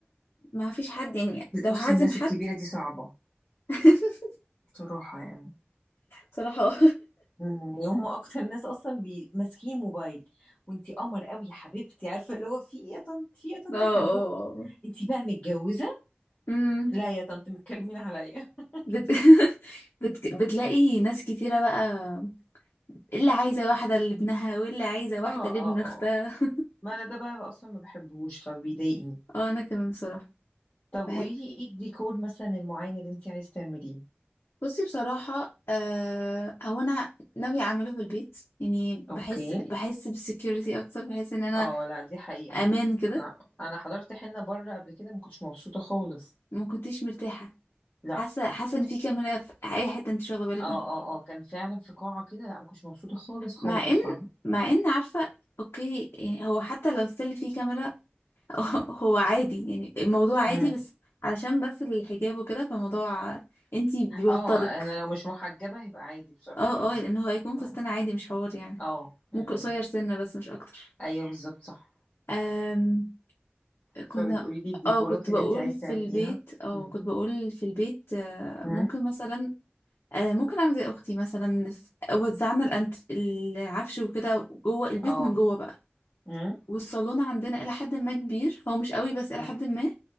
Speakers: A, on the left; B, on the left.
A: ما فيش حد يعني لو
B: بصي
A: هعزم
B: الناس
A: حد
B: الكبيره دي صعبه
A: <laughs>
B: بصراحه يعني
A: بصراحة اه
B: يعني هم اكتر ناس اصلا بي- ماسكين موبايل وانتي قمر قوي يا حبيبتي عارفه اللي هو في ايه يا طنط في إيه يا طنط
A: اه اه
B: يا حربوقه
A: آه.
B: انتي بقى متجوزه
A: امم
B: لا يا طنط متكلمين عليا <laughs>
A: بت... <laughs> بت... بتلاقي ناس كتيرة بقى اللي عايزة واحدة لابنها واللي عايزة واحدة
B: اه
A: لابن
B: اه
A: اختها
B: اه ما انا ده بقى اصلا ما بحبهوش فبيضايقني
A: اه انا كمان بصراحة
B: طب قولي
A: بح...
B: لي ايه الديكور مثلا المعين اللي انتي عايز تعمليه
A: بصي بصراحة آه... هو انا ناوية اعمله في البيت يعني
B: اوكي
A: بحس بحس بالسكيورتي اكتر بحس ان انا
B: اه لا دي حقيقه
A: امان كده
B: انا انا حضرت حنه بره قبل كده ما كنتش مبسوطه خالص
A: ما كنتش مرتاحة
B: لا
A: حاسة حاسة ان في كاميرا في اي حتة انت مش واخدة بالك
B: اه
A: منها
B: اه اه كان فعلا في قاعه كده لا ما كنتش مبسوطه خالص خالص
A: مع ان مع ان عارفة اوكي يعني هو حتى لو ستيل في كاميرا <laughs> هو عادي يعني الموضوع عادي
B: فاهمه
A: بس علشان بس الحجاب وكده فموضوع انتي بيوترك
B: اه انا لو مش محجبة هيبقى عادي بصراحة
A: اه
B: بالنسبة
A: اه لان
B: لي
A: هو هيكون فستان
B: فاهم؟
A: عادي مش حوار يعني
B: اه م-
A: ممكن قصير
B: م.
A: سنة بس مش اكتر
B: ايوه بالظبط صح
A: أم كنا
B: فبتقولي لي الديكورات
A: اه كنت
B: اللي
A: بقول
B: انت عايز
A: في
B: تعمليها
A: البيت اه
B: م.
A: كنت بقول في البيت آه،
B: م.
A: ممكن مثلا آه، ممكن اعمل زي اختي مثلا ف- وزعنا الأنت... العفش وكده جوه البيت
B: اه
A: من جوه بقى
B: م.
A: والصالون عندنا الى حد ما كبير هو مش قوي بس
B: م.
A: الى حد ما